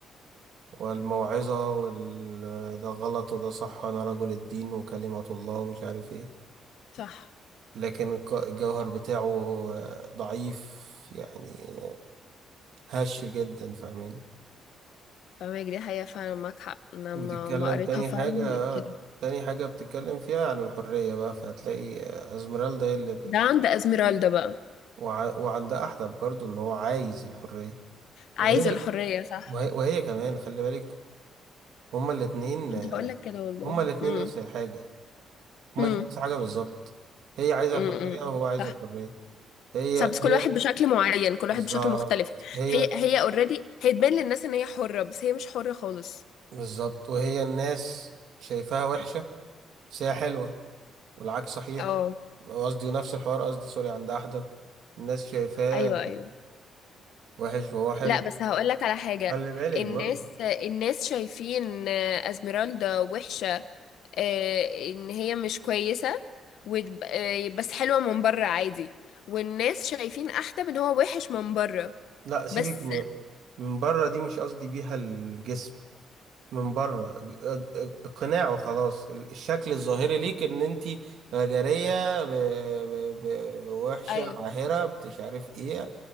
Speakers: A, on the right (about 75°); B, on the left (about 75°).
A: والموعظة وال... ده غلط وده صح أنا رجل الدين وكلمة الله ومش عارف إيه
B: صح
A: لكن الق- الجوهر بتاعه ضعيف يعني هش جدا فاهماني
B: فاهمك دي حقيقة فعلا معاك حق انا
A: وبتتكلم
B: ما ما قريتها
A: تاني
B: فعلا
A: حاجة آه،
B: لقيت كده
A: تاني حاجة بتتكلم فيها عن الحرية بقى فهتلاقي أزمرالدا هي اللي ب...
B: ده عند ازميرالدا بقى
A: وع... وعند أحدب برضو إن هو عايز الحرية
B: عايز
A: وهي
B: الحرية صح
A: وهي, وهي كمان خلي بالك هما الاتنين
B: كنت
A: آه،
B: هقول لك كده والله
A: هما الاتنين
B: امم
A: نفس الحاجة هما
B: امم
A: الاتنين نفس الحاجة بالظبط هي عايزة
B: امم
A: الحرية وهو عايز
B: صح
A: الحرية هي
B: صح بس كل
A: هي
B: واحد بشكل معين كل
A: بالظبط
B: واحد بشكل مختلف
A: هي
B: هي هي اوريدي هي تبان للناس ان هي حرة بس هي مش حرة خالص
A: بالظبط وهي الناس شايفاها وحشة بس هي حلوة والعكس صحيح
B: اه
A: قصدي نفس الحوار قصدي سوري عند أحدث الناس شايفاه
B: ايوه ايوه
A: وحش وهو حلو
B: لا بس هقول لك على حاجة
A: خلي بالك
B: الناس
A: برضه
B: الناس شايفين ازميرالدا وحشة آه، ان هي مش كويسة وتب- آه، بس حلوة من بره عادي والناس شايفين احدب ان هو وحش من بره
A: لا سيبك
B: بس
A: م- من بره دي مش قصدي بيها الجسم من بره اق- اق- اقناعه خلاص ال- الشكل الظاهري ليك ان انت غجريه ب... ب... ب... وحشه
B: ايوه
A: عاهره مش عارف ايه